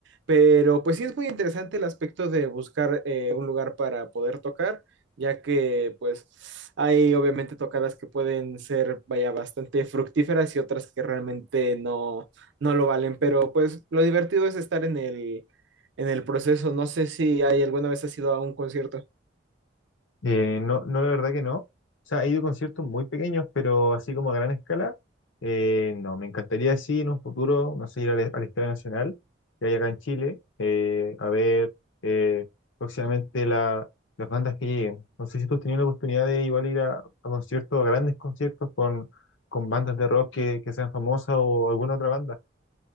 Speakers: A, on the right; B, on the left.
A: Pero pues sí es muy interesante el aspecto de buscar eh, un lugar para poder tocar ya que pues hay obviamente tocadas que pueden ser, vaya, bastante fructíferas y otras que realmente no, no lo valen, pero pues lo divertido es estar en el, en el proceso. No sé si hay alguna vez has ido a un concierto.
B: Eh, no, no, la verdad que no. O sea, he ido a conciertos muy pequeños, pero así como a gran escala, eh, no. Me encantaría, sí, en un futuro, no sé, ir al, al Estadio Nacional, que hay acá en Chile, eh, a ver eh, próximamente la- las bandas que lleguen. No sé si tú has tenido la oportunidad de igual ir a, a conciertos, a grandes conciertos con, con bandas de rock que, que sean famosas o alguna otra banda.